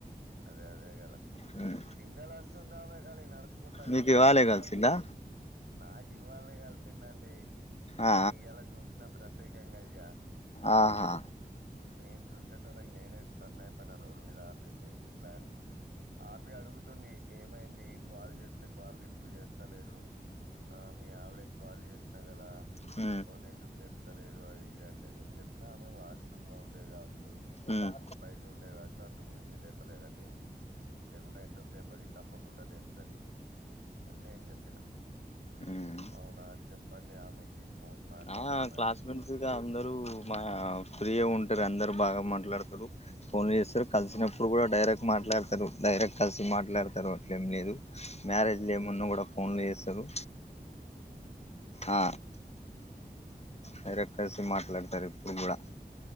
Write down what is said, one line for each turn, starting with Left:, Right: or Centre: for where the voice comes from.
Right: అదే అదే గదా
Left: మ్
Right: సింగల్ వస్తున్నామే గానీ నడుచుకుంటా గాని
Left: నీకు ఇవాళే
Right: లోలోపని
Left: కలిసిందా
Right: నాకు ఇవ్వాల్ నే కలిసిందండి.
Left: ఆ
Right: నేను ఇయ్యాల చూసిన ప్రత్యేకంగా ఇక
Left: ఆహా
Right: నేను చూసేటోళ్ళకి నేనే స్టన్ అయిపోయిన రోడ్డు మీద ఆపింది ఏంది ఇట్లా అని ఆపి అడుగుతుంది. ఏమైంది? కాల్ చేస్తే కాల్ లిఫ్ట్ చేస్తలేరు? ఆ మీ ఆవిడ కి కాల్ చేసిన కదా!
Left: మ్
Right: ఫోన్ ఎందుకు లేపుత లేదు అది ఇది అని అంటే నేను చెప్పినా. ఆమె వాష్ రూమ్ లో ఉండే కావచ్చు,
Left: ఉమ్
Right: బయట ఉండే కాచ్ చ అందుగురించి లేపలేదండి. లేకుండే, ఎందుకు లేపది తప్పకుండా లేపుతది. అని నేను చెప్పిన.
Left: మ్
Right: అవునా చెప్పండి ఆమెకి. ఫోన్ మాట్లాడమనండి.
Left: ఆ క్లాస్మేట్స్
Right: ఫోన్ చే
Left: గా అందరూ మా ఫ్రీగా ఉంటారు. అందరు బాగ మాట్లాడతారు. ఫోన్ చేస్తారు కలిసినప్పుడు కూడా డైరెక్ట్ మాట్లాడతారు డైరెక్ట్ కలిసి మాట్లాడతారు అట్లేం లేదు. మ్యారేజ్
Right: "ఉమ్,
Left: లు ఏమున్నా కూడ ఫోన్లు చేస్తారు.
Right: ఉమ్,
Left: ఆ వేరే కలిసి మాట్లాడతారు
Right: అట్లా.
Left: ఇప్పుడు కూడ.